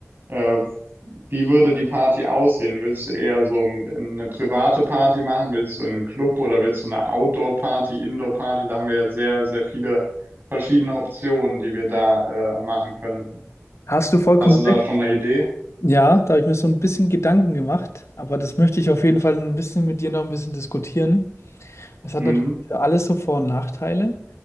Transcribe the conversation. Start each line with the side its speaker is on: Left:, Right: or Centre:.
Right: Äh, wie würde die Party aussehen? Willst du eher so ein- eine private Party machen? Willst du einen Club oder willst du eine Outdoor-Party, Indoor-Party? Da haben wir ja sehr, sehr viele verschiedene Optionen, die wir da äh, machen können.
Left: Hast du vollkommen
Right: Hast du da
Left: recht.
Right: schon eine Idee?
Left: Ja, da habe ich mir so ein bisschen Gedanken gemacht, aber das möchte ich auf jeden Fall ein bisschen mit dir noch ein bisschen diskutieren. Es
Right: Mhm.
Left: hat natürlich für alles so Vor- und Nachteile.